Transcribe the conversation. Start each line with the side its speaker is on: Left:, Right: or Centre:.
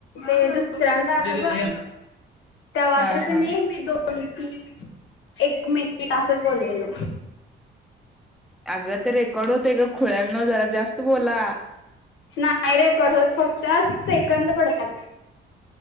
Left: ते दुसऱ्यांदा आल बग तेव्हा
Centre: हा
Left: तर
Centre: हा
Left: कनी मी दोन तीन एक मी ट असच बोललेलो.
Centre: अगं ते रेकॉर्ड होतय ग खुळ्यानो जरा जास्त बोला
Left: नाही रेकॉर्ड होत, फक्त सेकंद पडतात.